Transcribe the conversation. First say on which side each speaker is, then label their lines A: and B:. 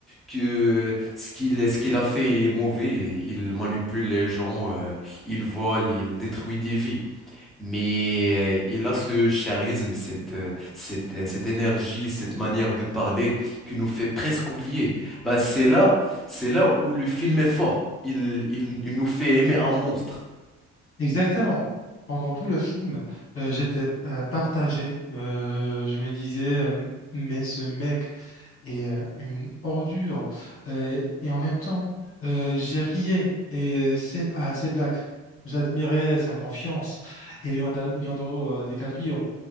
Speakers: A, in the centre; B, on the left (about 45°).
A: que ce qu'il, ce qu'il a fait est mauvais. Il manipule les gens, euh, il vole, il détruit des vies. Mais euh, il a ce charisme, cette, euh, cette, euh, cette énergie, cette manière de parler qui nous fait presque oublier. Bah, c'est là, c'est là où le film est fort. Il, il, il nous fait aimer un monstre. <laughs>
B: Exactement. Pendant tout le film, euh, j'étais euh, partagé. Euh, je me disais, euh, mais ce mec est euh, une ordure. Euh, et en même temps, euh, j'ai riais et, euh, ses- à ses blagues. J'admirais sa confiance. Et Leonardo Leonardo, euh, DiCaprio,